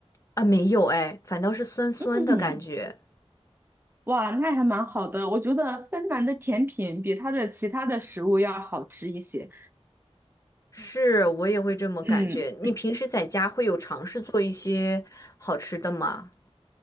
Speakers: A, on the left (about 30°); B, on the right (about 20°).
A: 啊！没有哎，反倒是酸酸的感觉，
B: 嗯，哇，那还蛮好的，我觉得芬兰的甜品比它的其他的食物要好吃一些，
A: 是我也会这么感觉。
B: 嗯。
A: 你平时在家会有尝试做一些好吃的吗？